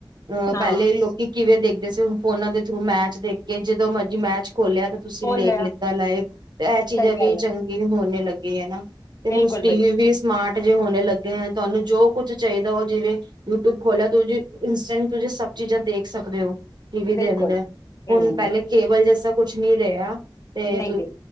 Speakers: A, on the right; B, on the left.
A: ਅਹ
B: ਹਾਂ
A: ਪਹਿਲੇ ਲੋਕੀ ਕਿਵੇਂ ਦੇਖਦੇ ਸੀ ਹੁਣ ਫੋਨਾਂ ਦੇ ਥਰੂ ਮੈਚ ਦੇਖ ਕੇ ਜਦੋਂ ਮਰਜੀ ਮੈਚ ਖੋਲਿਆ ਤੇ ਤੁਸੀਂ
B: ਬੋਲ
A: ਲੇਖ
B: ਲਿਆ
A: ਲਿੱਤਾ ਲਾਇਵ ਤੇ ਇਹ ਚੀਜ਼ਾਂ
B: ਸਹੀ
A: ਵੀ
B: ਗੱਲ
A: ਚੰਗੀ
B: ਹੈ
A: ਹੋਣੀ ਲੱਗੇ ਆ ਨਾ ਤੇ ਹੁਣ
B: ਬਿਲਕੁਲ
A: ਟੀਵੀ
B: ਬਿਲਕੁਲ
A: ਵੀ ਸਮਾਰਟ ਜ ਹੋਣੇ ਲੱਗੇ ਹੈ ਤੁਹਾਨੂੰ ਜੋ ਕੁਛ ਚਾਹੀਦਾ ਉਹ ਜਿਵੇਂ ਯੂਟਿਊਬ ਖੋਲਿਆ ਤੁ ਇੰਸਟੈਂਟ ਤੁਸੀਂ ਸਭ ਚੀਜ਼ਾਂ ਦੇਖ ਸਕਦੇ ਹੋ। ਟੀਵੀ ਦੇ
B: ਬਿਲਕੁਲ
A: ਅੰਦਰ ਹੁਣ
B: ਹੂੰ
A: ਪਹਿਲੇ ਕੇਬਲ ਜੈਸਾ ਕੁਛ ਨੀ ਰਿਹਾ। ਤੇ
B: ਨਹੀਂ
A: ਤੂ
B: ਦੇ